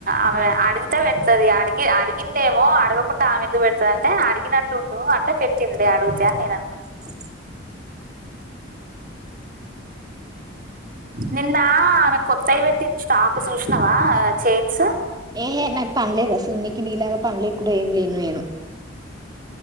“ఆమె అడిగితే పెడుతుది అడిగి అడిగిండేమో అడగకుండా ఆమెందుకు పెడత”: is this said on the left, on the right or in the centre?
Right